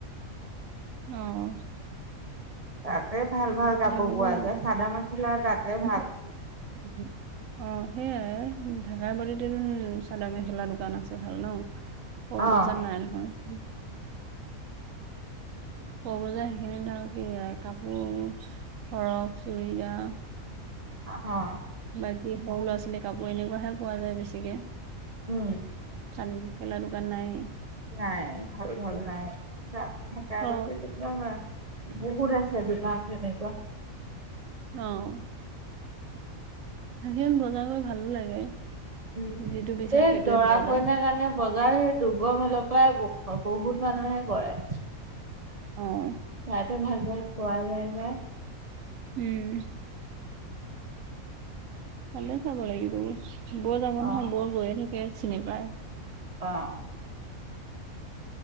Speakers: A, on the right (about 70°); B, on the right (about 35°).
A: অ'।
B: তাতে ভাল ভাল কাপোৰ
A: যাব
B: পোৱা
A: লাগিব
B: যায় চাদৰ মেখেলা তাতে
A: <unintelligible>
B: ভাল
A: অ' সেইয়াই, ঢাকাই <unintelligible> চাদৰ মেখেলা দোকান আছে ভাল ন'। সৰু
B: অ
A: বজান নাই নহয়। ক'ব যা সেইখিনি ধওঁ কি হয় কাপোৰ, ফৰক চুইজাৰ।
B: অ'।
A: বাকী সৰু ল'ৰা ছোৱালীৰ কাপোৰ এনেকুৱাহে পোৱা যায় বেছিকে।
B: উম
A: চাদৰ মেখেলা দোকান নাই।
B: নাই ভাল ভাল নাই। <unintelligible>
A: অ
B: একদম আ, বহুত আছে দোকান তেনেকুৱা।
A: অ'। <unintelligible> বজাৰ কৰি ভালো লাগে।
B: উম,
A: যিটো বিচাৰে
B: এই
A: সেইটোৱে
B: দৰা
A: পোৱা যায়
B: কইনাৰ কাৰণে বজাৰ সেই দুগ্গ মিলৰ পৰাই বহুত মানুহে কৰে।
A: উম।
B: তাতহে ভাল, ভাল পোৱা যায়
A: উম। তাতে চাব লাগিব, বৌ যাব
B: অ
A: নহয়, বৌ গৈয়ে থাকে চিনি পায়।
B: অ'।